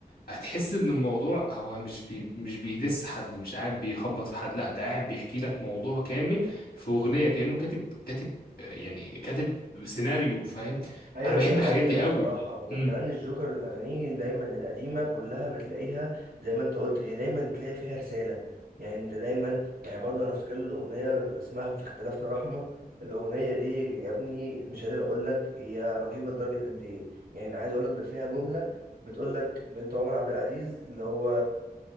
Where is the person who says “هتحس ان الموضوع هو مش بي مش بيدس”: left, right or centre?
Left